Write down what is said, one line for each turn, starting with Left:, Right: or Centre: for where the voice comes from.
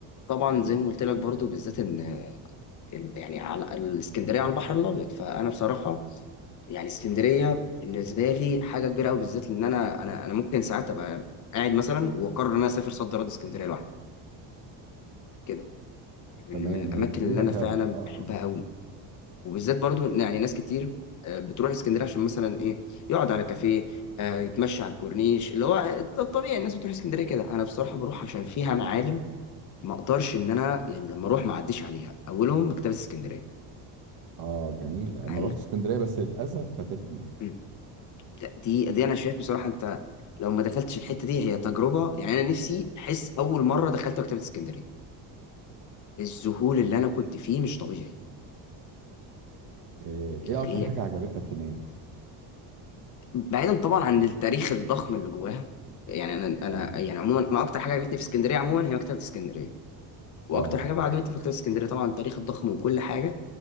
Left: طبعا زي ما قلت لك برضو بالذات ان إن يعني على الاسكندريه على البحر الابيض فانا بصراحه يعني اسكندريه بالنسبه لي حاجه كبيره قوي بالذات ان انا انا انا ممكن ساعات ابقى قاعد مثلا واقرر ان انا اسافر صد رد اسكندريه لوحدي كده من
Right: تمام
Left: من الاماكن
Right: هي جميله
Left: اللي انا
Right: فعلا
Left: فعلا
Right: اه
Left: بحبها قوي وبالذات برضو إن يعني ناس كتير آه، بتروح اسكندريه عشان مثلا ايه يقعد على كافيه آه، يتمشى على الكورنيش اللي هو الطبيعي الناس بتروح اسكندريه كده انا بصراحه بروح عشان فيها معالم ما اقدرش ان انا يعني لما اروح ما اعديش عليها اولهم مكتبه اسكندريه
Right: اه اه جميله انا
Left: عن
Right: رحت اسكندريه بس للاسف فاتتني
Left: مم. لا، دي دي انا شايف بصراحه انت لو ما دخلتش الحته دي هي تجربه يعني انا نفسي احس اول مره دخلت مكتبه اسكندريه الذهول اللي انا كنت فيه مش طبيعي
Right: آه، ايه اكتر
Left: هي
Right: حاجه عجبتك هناك
Left: بعيدا طبعا عن التاريخ الضخم اللي جواها يعني انا
Right: اه
Left: انا يعني عموما انا اكتر حاجه عجبتني في اسكندريه عموما هي مكتبه اسكندريه واكتر
Right: اه
Left: حاجه بقى عجبتني في مكتبه اسكندريه طبعا التاريخ الضخم وكل حاجه